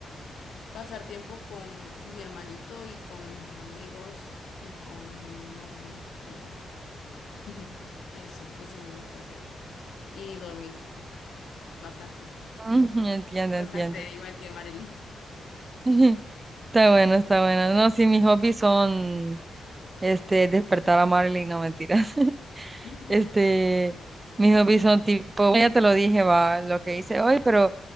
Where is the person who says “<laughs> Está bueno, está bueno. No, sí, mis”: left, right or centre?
Right